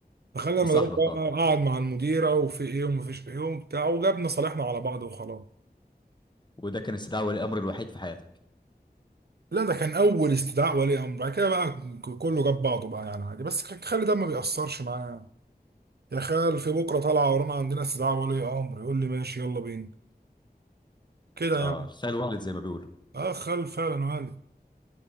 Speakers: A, on the right; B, on the left.
A: دخلنا المدرسه
B: مصاحبك اه
A: بقى قعد مع المديره وفي ايه ومفيش ايه وبتاع وجابنا صالحنا على بعض وخلاص
B: وده كان استدعاء ولي الامر الوحيد في حياتك
A: لا ده كان اول استدعاء ولي امر بعد كده بقى كله جاب بعضه بقى يعني عادي بس خالي ده ما بيأثرش معايا يا خال في بكره طالعه ورانا عندنا استدعاء ولي امر يقول لي ماشي يلا بينا كده
B: اه
A: يعني
B: الخال والد زي ما بيقولوا
A: اه خال فعلا وهل